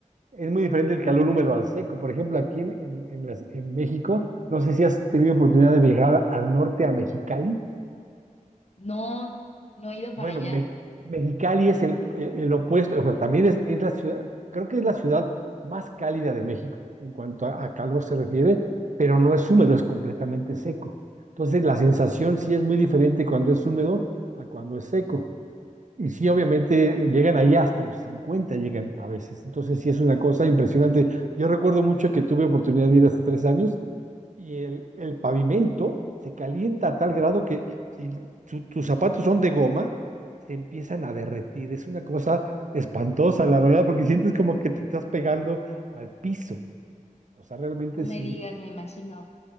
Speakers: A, on the right; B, on the left.
A: es muy diferente el calor húmedo al seco. Por ejemplo, aquí en, en- en las- en México, no sé si has tenido oportunidad de viajar al norte, a Mexicali.
B: No, no he ido para
A: Bueno,
B: allá.
A: Me- Mexicali es el, el- el opuesto, o sea, también es, es la ciudad, creo que es la ciudad más cálida de México en cuanto a, a calor se refiere, pero no es húmedo, es completamente seco. Entonces, la sensación sí es muy diferente cuando es húmedo a cuando es seco. Y sí, obviamente llegan ahí hasta los 50 llegan a veces. Entonces sí es una cosa impresionante. Yo recuerdo mucho que tuve oportunidad de ir hace tres años y el, el pavimento se calienta a tal grado que si tu- tus zapatos son de goma, se empiezan a derretir. Es una cosa espantosa, la verdad, porque sientes como que te estás pegando al piso. O sea, realmente
B: No me
A: sí.
B: digas, me imagino.